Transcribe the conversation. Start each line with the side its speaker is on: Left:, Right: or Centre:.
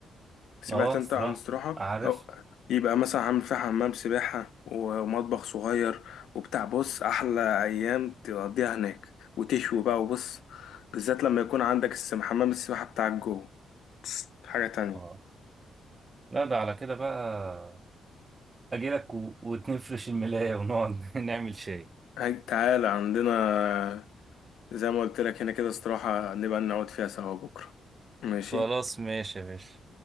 Left: سمعت
Right: أه
Left: انت
Right: الصراحة
Left: عن استراحة
Right: عارف
Left: او يبقى مثلا عامل فيها حمام سباحة ومطبخ صغير وبتاع بص احلى ايام تقضيها هناك وتشوي بقى وبص بالذات لما يكون عندك السم حمام السباحة بتاعك جوه بص، حاجة تانية
Right: اه لا ده على كده بقى أجيلك و... وتنفرش الملاية ونقعد <laughs> نعمل شاي
Left: هاي تعالى عندنا زي ما قلت لك هنا كده استراحة نبقى نقعد فيها سوا بكرة ماشي
Right: خلاص ماشي يا باشا